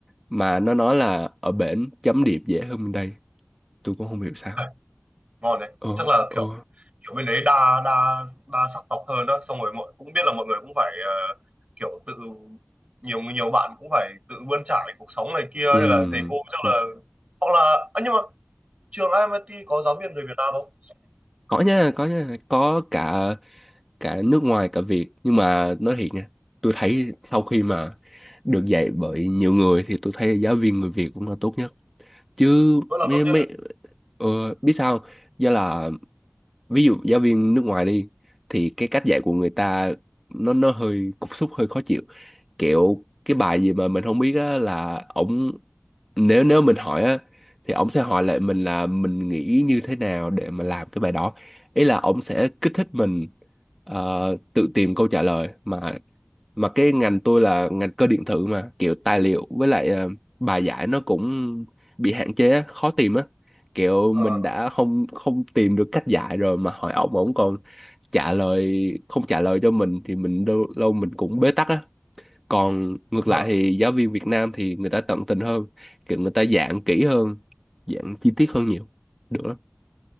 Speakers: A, in the centre; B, on the right.
A: mà nó nói là ở bển chấm điểm dễ hơn bên đây. Tôi cũng không hiểu sao.
B: à, ngon đấy
A: Ờ
B: chắc là
A: ờ
B: kiểu kiểu bên đấy đa đa đa sắc tộc hơn đó xong rồi mọi cũng biết là mọi người cũng phải ờ, kiểu tự nhiều nhiều bạn cũng phải tự bươn trải cuộc sống này kia
A: ừ.
B: hay là thầy cô chắc
A: ừ.
B: là hoặc là à, nhưng mà trường IMIT có giáo viên người Việt Nam không
A: Có nha, có nha, có cả cả nước ngoài cả Việt nhưng mà nói thiệt nha, tôi thấy sau khi mà được dạy bởi nhiều người thì tôi thấy giáo viên người Việt cũng là tốt nhất. Chứ
B: vẫn là
A: mấy
B: tốt
A: mấy
B: nhất
A: ờ, biết sao không? do là ví dụ giáo viên nước ngoài đi thì cái cách dạy của người ta nó nó hơi cục súc hơi khó chịu kiểu cái bài gì mà mình không biết á là ổng nếu nếu mình hỏi á thì ổng sẽ hỏi lại mình là mình nghĩ như thế nào để mà làm cái bài đó ý là ổng sẽ kích thích mình ờ, tự tìm câu trả lời mà mà cái ngành tôi là ngành cơ điện tử mà kiểu tài liệu với lại ờ, bài giải nó cũng bị hạn chế á, khó tìm á kiểu
B: Ờ,
A: mình đã không không tìm được cách giải rồi mà hỏi ổng ổng còn trả lời không trả lời cho mình thì mình lâu, lâu mình cũng bế tắc á còn ngược
B: mà
A: lại thì giáo viên Việt Nam thì người ta tận tình hơn kiểu người ta dạng kỹ hơn dạng chi tiết hơn nhiều được lắm